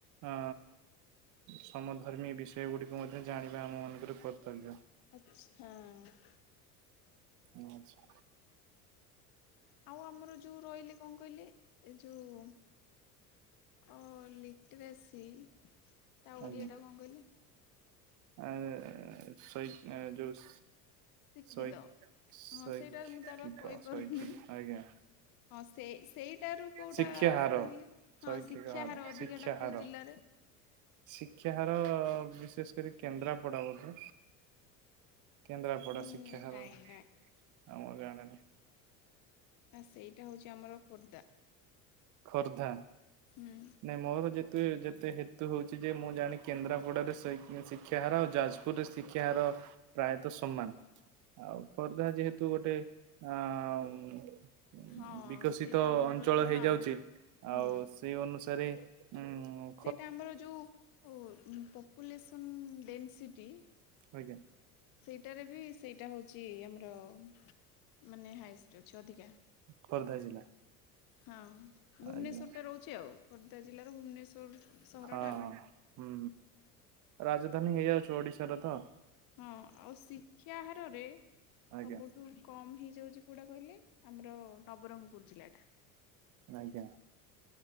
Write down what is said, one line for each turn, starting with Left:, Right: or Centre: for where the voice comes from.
Right: ଅ ସମଧର୍ମୀ ବିଷୟ ଗୁଡିକୁ ମଧ୍ୟ ଜାଣିବା ଆମ ମାନଙ୍କର ର କର୍ତ୍ତବ୍ୟ।
Left: ଆଚ୍ଛ ହଁ।
Right: ଆଚ୍ଛା।
Left: ଆଉ ଆମର ଯୋଉ ରହିଲେ କଣ କହିଲେ? ଏ ଯୋଉ ଅ ଲିଟ୍ରାସି ତା ଓଡିଆ
Right: ଆଜ୍ଞା
Left: ଟା କଣ କହିଲେ?
Right: ଆ ସଇ ଜୁସ୍
Left: ଶିକ୍ଷିତ
Right: ଶୈ ଶୈଖିକ
Left: ହଁ ସେଇଟା ମୁଁ ତାର କହିପାରୁନି
Right: ଶୈଖକ ଆଜ୍ଞା।
Left: ହଁ ସେ ସେଇଟାରୁ କୋଉଟା
Right: ଶିକ୍ଷାହାର
Left: କହିଲେ ହଁ
Right: ଶୈକ୍ଷିକ
Left: ଶିକ୍ଷା ହାର ଅଧିକ
Right: ଶିକ୍ଷାହାର
Left: ଟା କୋଉ ଜିଲ୍ଲାରେ
Right: ଶିକ୍ଷା ହାର ବିଶେଷ କରି କେନ୍ଦ୍ରାପଡା ବୋଧେ? କେନ୍ଦ୍ରାପଡ଼ା
Left: ଉଁ
Right: ଶିକ୍ଷା ହାର
Left: ନାଇଁ
Right: ଆଉ ମୁ ଜାଣେନା।
Left: ଆ ସେଇଟା ହଉଛି ଆମର ଖୋର୍ଦ୍ଧା।
Right: ଖୋର୍ଦ୍ଧା
Left: ହୁଁ।
Right: ନାଇଁ ମୋର ଯେହେତୁ ଏ ଯେତେ ହେତୁ ହେଉଛି। ଯେ ମୁଁ ଜାଣି କେନ୍ଦ୍ରାପଡ଼ାରେ ଶୈ ଶିକ୍ଷାହାରା ଆଉ ଯାଜ ପୁରେ ଶିକ୍ଷାହାର ପ୍ରାୟତଃ ସମାନ। ଆଉ ଖୋର୍ଦ୍ଧା ଯେହେତୁ ଗୋଟେ ଆ ଉଁ
Left: ହଁ
Right: ବିକଶିତ
Left: ସେଇଟା ଆମର
Right: ଅଞ୍ଚଳ
Left: ହଁ
Right: ହେଇଯାଉଛି
Left: ହୁଁ
Right: ଆଉ ସ ସେ ଅନୁସାରେ ଉଁ ଦେ
Left: ସେଇଟା ଆମର ଯୋଉ ଓ ଉଁ ପପୁଲେସନ୍ ଡେନ୍ସିଟି
Right: ଆଜ୍ଞା
Left: ସେଇଟାରେ ବି ସେଇଟା ହଉଛି ଆମର ହ ମାନେ ହାଇଷ୍ଟ ଅଛି ଅଧିକା
Right: ଖୋର୍ଦ୍ଧା ଜିଲ୍ଲା।
Left: ହଁ ଭୁବନେଶ୍ୱରଟା
Right: ଆଜ୍ଞା
Left: ରହୁଛିଆଉ- ଖୋର୍ଦ୍ଧା ଜିଲ୍ଲାର ଭୁବନେଶ୍ୱର ସହରଟା
Right: ହଁ
Left: ଆଉ
Right: ହୁଁ, ରାଜଧାନୀ ହେଇଯାଉଛି ଓଡିଶାର ତ
Left: ହଁ ଆଉ ଶିକ୍ଷା ହାରରେ
Right: ଆଜ୍ଞା
Left: ସବୁଠ ଖୁବ୍ କମ୍ ହେଇଯାଉଛି କେଉଁଟା କହିଲେ। ଆମର ନବରଙ୍ଗପୁର ଜିଲ୍ଲାଟା।
Right: ଆଜ୍ଞା।